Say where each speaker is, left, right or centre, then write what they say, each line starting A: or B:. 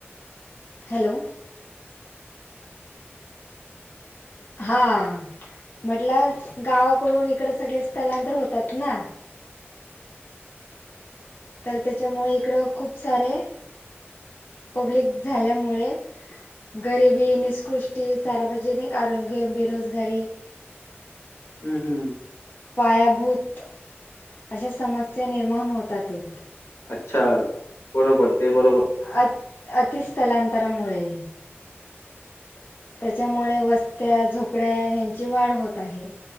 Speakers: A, on the left (about 50°); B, on the left (about 75°).
A: हॅलो हा म्हटलं गावाकडून इकडे सगळे स्थलांतर होतात ना तर त्याच्यामुळे इकडं खूप सारे पब्लिक झाल्यामुळे गरिबी, निषकृष्टी सार्वजनिक आरोग्य बेरोजगारी
B: हमम हम.
A: पायाभूत अश्या समस्या निर्माण होतात एकत.
B: अच्छा बरोबर ते बरोबर.
A: अत अतिस्थलांतरामुळे त्याच्यामुळे वस्त्या झोपड्या ह्यांची वाढ होत आहे.